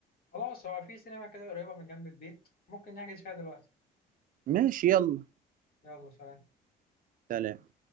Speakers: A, on the left; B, on the right.
A: خلاص هو في سينما كده قريبة من جنب البيت ممكن نحجز فيها دلوقتي
B: ماشي يلا
A: يلا سلام
B: سلام